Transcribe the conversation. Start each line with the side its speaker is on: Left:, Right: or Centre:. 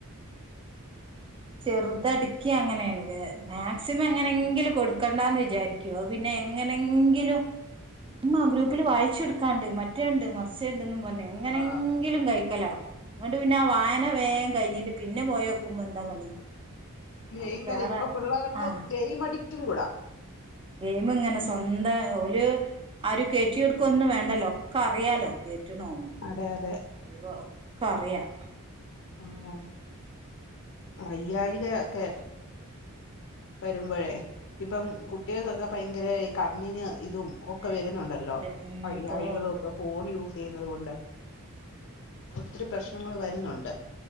Right: അയിന് ചെറുതടി ക്ക്യ അങ്ങനേണ് മാക്സിമം എങ്ങനെങ്കിലും കൊടുക്കണ്ടാന്ന് വിചാരിക്കു അത് പിന്നെ എങ്ങനെങ്കിലും ഉമ്മ ഗ്രൂപ്പില് വായിച്ചു കൊടുക്കാണ്ട് മറ്റേണ്ട് മർച്ചേണ്ട്ന്ന് പർഞ്ഞ്, എങ്ങനെങ്കിലും
Left: ആ
Right: കഴിക്കലാകും ഇന്ന‌ട്ട് പിന്നെ ആ വായന വേം കഴിഞ്ഞിട്ട് പിന്നെ പോയോക്കു മ്പൊ എന്ത‌ പണി
Left: ഗെയിം
Right: അത്
Left: കളി
Right: വേറെ
Left: ഇപ്പൊ പിള്ളേരങ്
Right: ആഹ്
Left: ഗെയിം അഡിക്റ്റും കൂടാ.
Right: ഗെയിമ്ങ്ങനെ സ്വന്ത ഓല് ആരും കേറ്റിയൊടുക്കൊന്നും വേണ്ടല്ലോ ഒക്കെ അറിയാലോ കേറ്റ്ണവും
Left: അതെ അതെ.
Right: ഒയിവാകും, ഒക്കെ അറിയാം,
Left: ആഹ് വയ്യാഴ്ക ഒക്കെ വരുമ്പഴേ ഇപ്പം കുട്ടികക്കൊക്കെ ഭയങ്കര ഇ കണ്ണിന് ഇതും ഒക്കെ
Right: ഏഹ്
Left: വരുന്നുണ്ടല്ലോ
Right: ഒക്കെണ്ട് ഉം
Left: വയ്യാഴികളും
Right: ഇപ്പൊ
Left: ഒക്ക ഫോൺ
Right: ഉം
Left: യൂസ് ചെയ്യുന്നത് കൊണ്ട് ഒത്തിരി പ്രശ്നങ്ങൾ വരുന്നുണ്ട്.